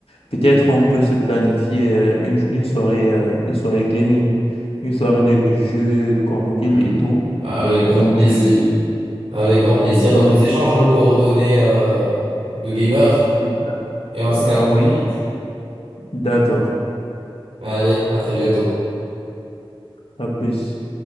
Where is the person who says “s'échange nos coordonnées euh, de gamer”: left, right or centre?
Right